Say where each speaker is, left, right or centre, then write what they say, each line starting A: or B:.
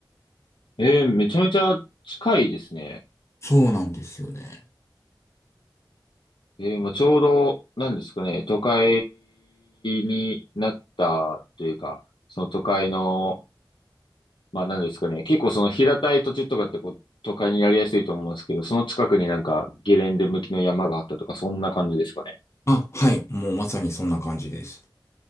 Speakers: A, on the left; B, on the left.
A: えー、めちゃめちゃ近いですね。
B: そうなんですよね。
A: えー、まあ、ちょうど、なんですかね、都会になったというか、その都会のまあ何ですかね。結構その平たい土地とかってこう、都会になりやすいと思うんですけど、その近くになんかゲレンデ向きの山があったとか、そんな感じですかね。
B: あ、はい。もうまさにそんな感じです。